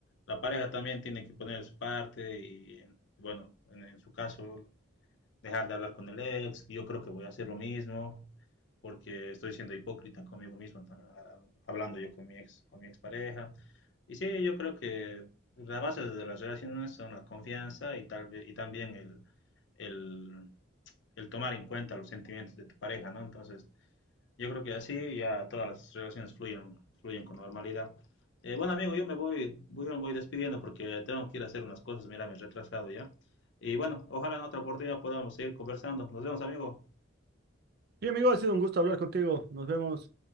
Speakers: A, on the left; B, on the right.
A: la pareja también tiene que poner de su parte y bueno, en, en su caso dejar de hablar con el ex, yo creo que voy a hacer lo mismo, porque estoy siendo hipócrita conmigo mismo, hablando yo con mi ex, con mi expareja. Y sí, yo creo que las bases de las relaciones son la confianza y, tal, vez- y también el, el, el tomar en cuenta los sentimientos de tu pareja, ¿no? Entonces, yo creo que así ya todas las relaciones fluyen, fluyen con normalidad. Eh, bueno, amigo, yo me voy, voy, me voy despidiendo porque tengo que ir a hacer unas cosas. Mira, me he retrasado ya. Y bueno, ojalá en otra oportunidad podamos seguir conversando. Nos vemos, amigo.
B: Y amigo, ha sido un gusto hablar contigo. Nos vemos.